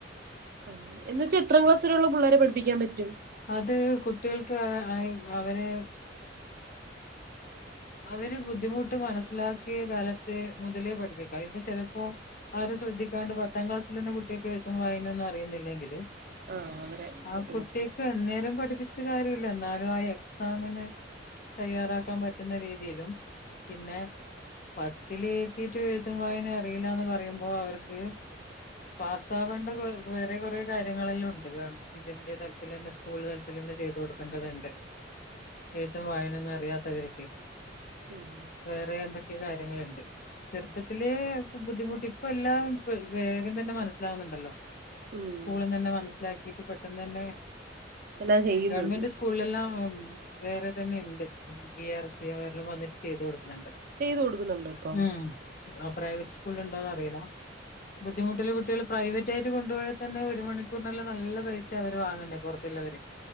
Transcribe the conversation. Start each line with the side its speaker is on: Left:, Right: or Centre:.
Right: ആ എന്ന് വച്ചാ എത്രാം ക്ലാസ് വരെയുള്ള പിള്ളേരെ പഠിപ്പിക്കാൻ പറ്റും
Left: അത് കുട്ടികൾക്ക് <unintelligible> അവര് അവര് ബുദ്ധിമുട്ട് മനസ്സിലാക്കിയ കാലത്ത് മുതലേ പഠിപ്പിക്കാം ഇപ്പൊ ചെലപ്പോ ആരും ശ്രദ്ധിക്കാണ്ട് പത്താം ക്ലാസ്സില് ള്ള കുട്ടിയാക്ക് എഴ്ത്തും വായനൊന്നും അറിയുന്നില്ലെങ്കില്
Right: ആഹ് അവരെ
Left: ആ
Right: തൊട്ട്
Left: കുട്ടിയക്കന്നേരം പഠിപ്പിച്ച ച്ച്ട്ട് കാര്യല്ല ന്നാലും എക്സാമിന് തയ്യറാക്കാൻ പറ്റ റ്റുന്ന രീതിയിലും പിന്നെ പത്ത്ല് എത്തീട്ട് എഴുത്തും വായന അറിയില്ലാന്ന് പറയുമ്പോ അവർക്ക് പാസ് ആവേണ്ട <unintelligible> വേറെ കൊറേ കാര്യങ്ങളെല്ലാം ഉണ്ട് ഗവ ഇതിന്റെ തലത്തിലന്നെ സ്കൂൾ തലത്തി ലന്നെ ചെയ്തു കൊടുക്കേണ്ടത്ണ്ട് എഴുത്തും വായനൊന്നും അറിയാത്തവർ
Right: ഉം
Left: വേറെ എന്തൊക്കെ കാര്യങ്ങള്ണ്ട് ചെർപ്പത്തില് ബുദ്ധിമുട്ട് ഇപ്പ എല്ലാം വേഗം തന്നെ മനസ്സിലാവുന്നുണ്ടല്ലോ
Right: ഉം
Left: സ്കൂള തന്നെ മനസ്സിലാക്കിട്ട് പെട്ടെന്ന് തന്നെ
Right: എല്ലാം ചെയ്യുന്നുണ്ട്
Left: ഗവൺമെന്റ് സ് കൂളെല്ലാം വേറെ തന്നെ ഉണ്ട് ബി ആർ സി അവരെല്ലാം വന്നിട്ട് ചെയ്ത് കൊടുക്കുന്നുണ്ട്.
Right: ചെയ്തു കൊടുക്കുന്നുണ്ടോ ഇപ്പം.
Left: ഉം ആ പ്രൈവറ്റ് സ്കൂൾ ഉണ്ടോന്ന് അറിയില്ല. ബുദ്ധിമുട്ടുള്ള കുട്ടികൾ പ്രൈവറ്റ ആയിട്ട് കൊണ്ടുപോയാൽ തന്നെ ഒരു മണിക്കൂറിനല്ല നല്ല പൈസ അവര് വാങ്ങണ്ടേ പുറ ത്തുള്ളവർ.